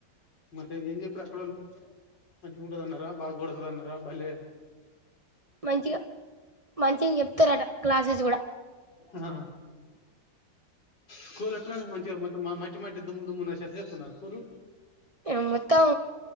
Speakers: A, on the left; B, on the right.
A: మట్టే ఏం జెప్పిర్ అక్కడోళ్ళు మంచిగా ఉంటది అన్నరా బాగోడదు అన్నరా బలే
B: మంచిగా మంచిగ్ జెప్ తరట క్లాసెస్ గూడ
A: ఆ స్కూల్ ఎట్లున్నది మంచిగా మొత్తం మా మట్టి మట్టి దుమ్ము దుమ్ము ఉన్నద చెత్త చెత్త్ ఉన్నద స్కూలు
B: ఏ మొత్తం